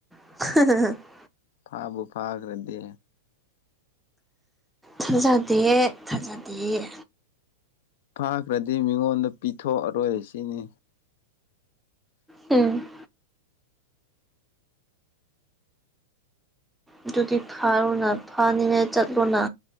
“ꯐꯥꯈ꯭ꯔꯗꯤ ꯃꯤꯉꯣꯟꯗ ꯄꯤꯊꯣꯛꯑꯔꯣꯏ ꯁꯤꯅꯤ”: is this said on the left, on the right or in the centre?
Left